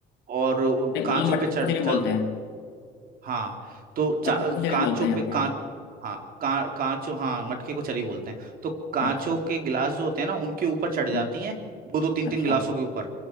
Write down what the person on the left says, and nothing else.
नहीं,
मतलब मटके
को चरी
बोलते
हैं
मटके को चरी
बोलते हैं
आपके यहाँ
अच्छा
हम्म,
अच्छा